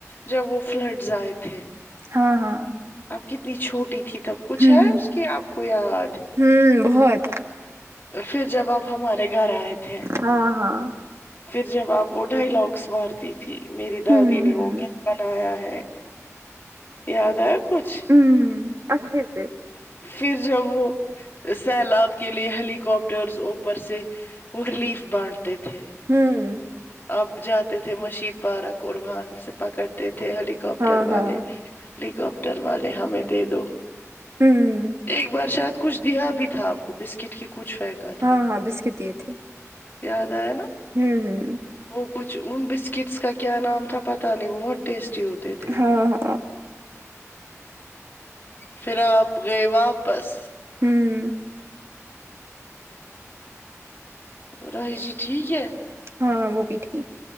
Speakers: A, on the left (about 40°); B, on the right (about 55°).
A: جب وہ فلڈز آئے تھے
B: ہاں ہاں
A: آپ کتنی چھوٹی تھی تب کچھ
B: ہوں
A: ہے اس کی آپ کو یاد
B: ہوں بہت
A: پھر جب آپ ہمارے گھر آئے تھے
B: ہاں ہاں
A: پھر جب آپ وہ ڈائیلاگس مارتی تھی تھی میری
B: ہوں
A: دادی نے
B: ہوں
A: وہ گھر بنایا ہے یاد آیا کچھ
B: ہوں، اچھے سے
A: پھر جب وہ سیلاب کے لیے ہیلی کاپٹرز اوپر سے وہ ریلیف بانٹتے تھے
B: ہوں
A: آپ جاتے تھے مشید پارک اور وہاں سے پکڑتے تھے ہلی کاپٹر
B: ہاں،
A: والے
B: ہاں،
A: ہیلییکپٹر والے ہمیں دے دو
B: ہوں،
A: ایک بار شاید کچھ دیا بھی تھا آپ کو بسکٹ کی کچھ فن تھا
B: ہاں، ہاں، بسکٹ دیے تھے
A: یاد آیا نا
B: ہوں ہوں
A: وہ کچھ ان بسکٹس کا کیا نام تھا پتہ نہیں وہ بہت ٹیسٹی ہوتے تھے
B: ہاں ہاں
A: پھر آپ گئے واپس
B: ہوں
A: راہی جی ٹھیک ہے
B: ہاں وہ بھی ٹھیک